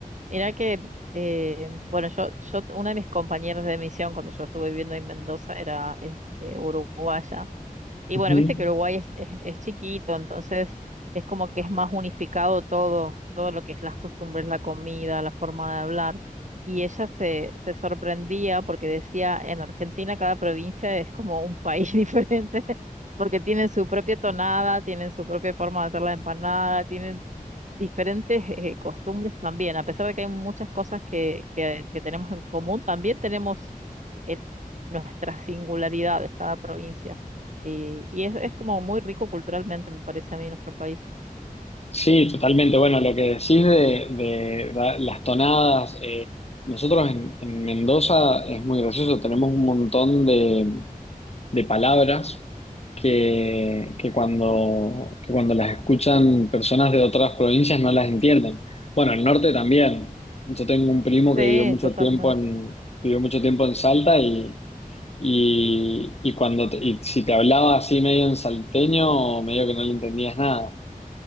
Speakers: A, on the right; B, on the left.
A: Mirá que, eh, bueno, yo, yo, una de mis compañeras de misión cuando yo estuve viviendo en Mendoza era este, uruguaya. Y
B: Ujú.
A: bueno, viste que Uruguay es, es- es chiquito, entonces es como que es más unificado todo, todo lo que es las costumbres, la comida, la forma de hablar. Y ella se, se sorprendía porque decía, en Argentina cada provincia es como un país <laughs> diferente, porque tienen su propia tonada, tienen su propia forma de hacer la empanada, tienen diferentes eh, costumbres también, a pesar de que hay muchas cosas que, que, que tenemos en común, también tenemos eh, nuestras singularidades, cada provincia. Y, y es, es como muy rico culturalmente, me parece a mí, nuestro país.
B: Sí, totalmente. Bueno, lo que decís de, de la- las tonadas, eh, nosotros en, en Mendoza es muy gracioso, tenemos un montón de, de palabras que, que cuando, que cuando las escuchan personas de otras provincias no las entienden. Bueno, el norte también. Yo tengo un primo
A: Sí,
B: que vivió mucho
A: totalmente.
B: tiempo en, vivió mucho tiempo en Salta y, y, y cuando te- y si te hablaba así medio en salteño, medio que no le entendías nada.